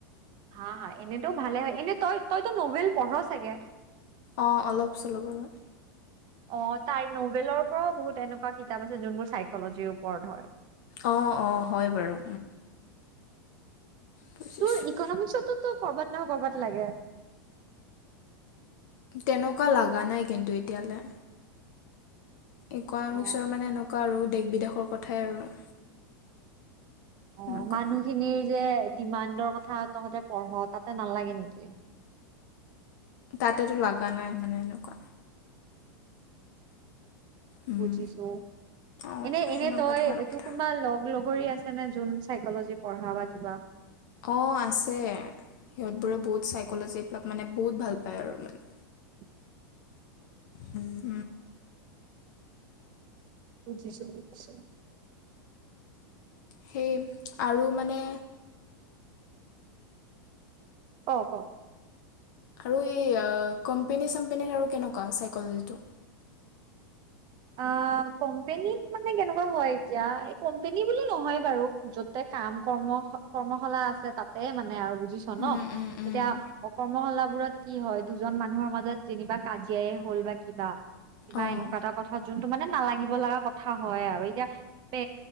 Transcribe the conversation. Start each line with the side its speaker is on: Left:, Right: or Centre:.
Right: হা এনেতটো ভালে হয় এনে তই তইতো নভেল পঢ় চাগে।
Left: অ, অলপ চলপ বাৰু।
Right: অ, তাই নভেলৰ পৰাও বহুত এনেকুৱা কিতাপ আছে যোনবোৰ চাইকলজিৰ ওপৰত ধৰ।
Left: অ - অ, হয় - হয় বাৰু। বুজিছোঁ
Right: তোৰ ইকনমিকসতো ত কৰবাত নহয় কৰবাত লাগে।
Left: তেনেকুৱা লগা নাই কিন্তু এতিয়ালৈ। ইকনমিকসৰ
Right: অ
Left: মানে এনেকুৱা আৰু দেশ বিদেশৰ কথাই আৰু।
Right: অ,
Left: এনেকুৱা
Right: মানুহখিনিৰ যে ডিমাণ্ডৰ কথা তহতে পঢ় তাতে নালাগে নেকি।
Left: তাতেতো লগা নাই মানে এনেকুৱা। উম,
Right: পুজিছো
Left: অঁ
Right: এনে
Left: সেনেকুৱা
Right: এনে তটুকুৰ
Left: ধৰণৰ কথা
Right: লগ - লগ আছে নে যোন চাইকলজি পঢ়া বা কিবা।
Left: অ, আছে। সিহতোৰে বহুত চাইকলজী এইবিলাক মানে বহুত ভাল পায় আৰু মানে।
Right: <inaudible>
Left: অ',
Right: বুজিছো - বুজিছো।
Left: সেই আৰু মানে
Right: ক - ক।
Left: আৰু কম্পনী চ্পন আৰু কেনেকুৱ চ
Right: অ, কোম্পনীত মানে কেনেকুৱা হয় এতিয়া এই কোম্পেনী বুলি নহয় বাৰু যতে কাম কৰ্ম - কৰ্মশালা আছে তাতেই মানে আৰু। বুজিছ
Left: উম,
Right: ন
Left: উম, উম।
Right: এতিয়া অকৰ্মশালাবোৰত কি হয় দুজন মানুহৰ মাজত যেনিবা কাজিয়াই হল বা কিবা - কিবা
Left: অঁ
Right: এনেকুৱা এটা তো মানে নালাগিব লগা কথা হয় আৰু এতিয়া এ